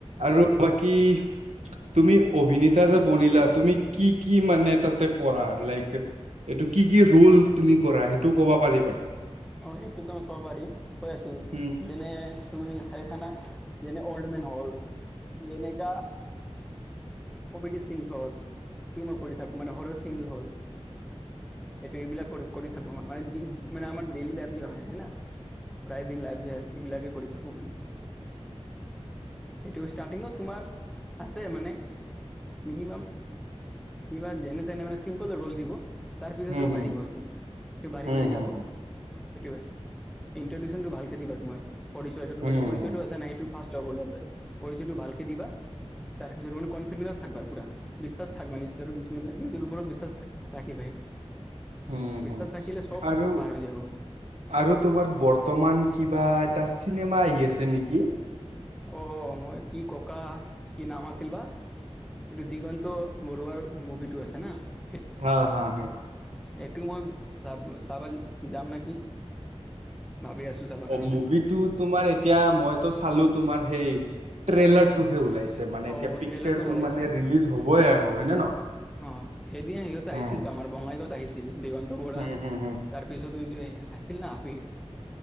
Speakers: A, on the right (about 85°); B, in the centre.
A: আৰু বাকী তুমি অভিনেতা যে বনিলা তুমি কি কি মানে তাতে কৰা লাইক এইটো কি কি ৰোল তুমি কৰা সেইটোও কবা পাৰিবা
B: অ সেইটোতো মই ক'ব পাৰিম কৈ আছো
A: উম
B: যেনে তুমি চাইছানা যেনে অল্ড মেন হল যেনেকা কমেডি চিন হল সেইটোও মই কৰি থাকো মানে হৰৰ চিন হ'ল <unintelligible> সেইটো এইবিলাক কৰি কৰি থাকো ম মানে আমাৰ ডেইলি লাইফ যি হয় না। <unintelligible> প্ৰায় দিন লাভ যে হয় এইবিলাকে কৰি থাকোঁ সেতু ষ্টাৰ্টিঙত তোমাৰ আছে মানে মিনিমাম কিবা যেনে তেনে মানে চিম্পল ৰল দিব <unintelligible> তাৰ পিছতো
A: হুম হুম
B: বাঢ়িব এইটোটো বাঢ়ি
A: হুম
B: বাঢ়ি
A: হুম
B: যাব
A: হুম
B: সেইটোৱে ইট্ৰউশচনটো ভালক দিবা তোমাৰ পৰিচয়মাৰ
A: হুম
B: পৰিচয়টো
A: হুম
B: আছে ন সেইটো ফাষ্ট <unintelligible> <unintelligible> পৰিচয়টো ভালে দিবা তাৰ পিছত মানে কনফিডেট থাকিবা। পুৰা বিশ্বাস থাক বা নিজৰ মানে নিজৰ ওপৰত বিশ্বাস ৰাখিবা সেইটো।
A: হুম হুম
B: বিশ্বাস
A: হুম।
B: ৰাখিলে চব
A: আৰু আৰু
B: পাৰ হৈ যাব
A: তোমাৰ বৰ্তমান কিবা এটা চিনেমা আহি আছে নেকি?
B: অ মই কি ককা কি নাম আছিল বা এইটো দিগন্ত মৰুৱাৰ মুভিটো আছে না। <unintelligible>
A: হা হা হা
B: এইটো মই চাব চাবা যাম নেকি? ভাবি আছোঁ চাবৰ কাৰণে
A: অ মুভিটো তোমাৰ এতিয়া মইতো চালো তোমাৰ সেই ট্ৰেলাৰটোহে ওলাইছে- ছে মানে
B: অ
A: এতিয়া পিকাৰটো
B: ট্ৰেইলাৰটো ওলাইছে
A: মানে ৰিলিজ হবই
B: উম
A: আৰু হয় নে নহয়
B: অ সেইদিন সিহঁতে
A: হুম
B: আহিছিল তো আমাৰ বঙাইগাঁৱত আহিছিল। দেৱন্ত বৰা
A: হুম হুম
B: তাৰ পিছত যে আছিল না আপি <unintelligible>